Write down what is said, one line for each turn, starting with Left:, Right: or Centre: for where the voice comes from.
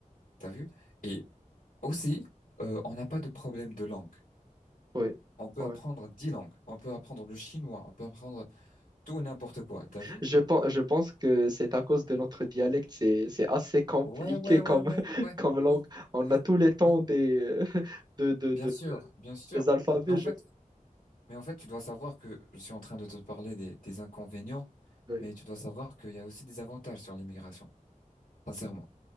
Left: T'as vu? Et aussi, euh, on n'a pas de problème de langue.
Right: ouais,
Left: On peut
Right: ouais.
Left: apprendre dix langues. On peut apprendre le chinois. On peut apprendre tout et n'importe quoi. T'as vu?
Right: Je pense, je pense que c'est à cause de notre dialecte, c'est, c'est assez compliqué
Left: Ouais, ouais, ouais,
Right: comme,
Left: ouais,
Right: <laughs>
Left: ouais.
Right: comme
Left: Oui,
Right: langue. On
Left: oui,
Right: a tous les temps
Left: oui.
Right: des, <laughs> euh, de, de, de-
Left: Bien sûr, bien sûr.
Right: des alphabets.
Left: Mais en
Right: Je...
Left: fait, mais en fait, tu dois savoir que je suis en train de te parler des, des inconvénients,
Right: Oui,
Left: mais tu dois savoir qu'il y a aussi des avantages sur l'immigration. Sincèrement.